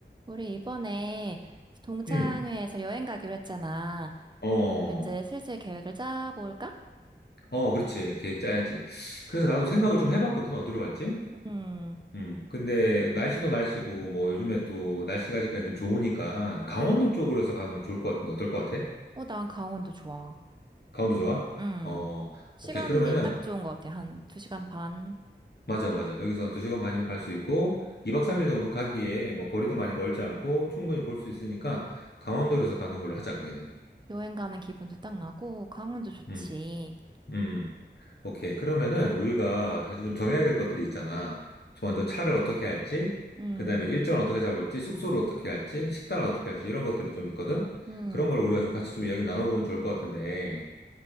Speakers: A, on the right (about 25°); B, on the left (about 60°).
A: 우리 이번에 동창회에서
B: 음,
A: 여행 가기로 했잖아.
B: 어,
A: 이제 슬슬 계획을 짜볼까?
B: 어, 그렇지. 계획 짜야지. 그래서 나도 생각을 좀 해봤거든. 어디로 갈지?
A: 음.
B: 음, 근데 날씨도 날씨고, 뭐 요즘에 또 날씨가 아직까지 좀 좋으니까 강원도 쪽으로 해서 가면 좋을 것 같은데 어떨 것 같아?
A: 어, 난 강원도 좋아.
B: 강원도 좋아?
A: 음.
B: 어,
A: 시간이
B: 오케이. 그러면은,
A: 딱 좋은 것 같아. 한 2시간 반.
B: 맞아, 맞아. 여기서 한 2시간 반이면 갈 수 있고, 2박 3일 정도 가기에 뭐 거리도 많이 멀지 않고 충분히 볼 수 있으니까 강원도에서 가는 걸로 하자, 그러면은.
A: 여행 가는 기분도 딱 나고, 강원도 좋지.
B: 음, 음. 오케이. 그러면은 우리가 사실 좀 정해야 될 것들이 있잖아. 저 먼저 차를 어떻게 할지,
A: 음.
B: 그 다음에 일정을 어떻게 잡을지, 숙소를 어떻게 할지, 식단을 어떻게 할지, 이런 것들이 좀 있거든?
A: 음.
B: 그런 걸 우리가 좀 같이 좀 이야기를 나눠보면 좋을 것 같은데,